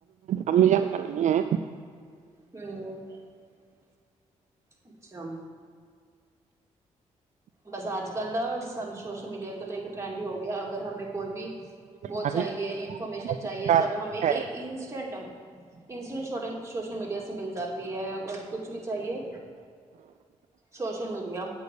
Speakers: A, on the right (about 60°); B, on the right (about 20°).
A: اممیان ک ہیں
B: ہو اچھا بس آج کل سب سوشل میڈیا کا تو ایک ٹرینڈ ہی ہو گیا اگر ہمیں کوئی بھی وہ
A: ہر
B: چاہیے انفارمیشن
A: الگ
B: چاہیے
A: پرکار
B: تب ہمیں ایک
A: ہے۔
B: انسٹینٹ ان شٹ سوشل میڈیا سے مل جاتی ہے اور کچھ بھی چاہیے سوشل میڈیا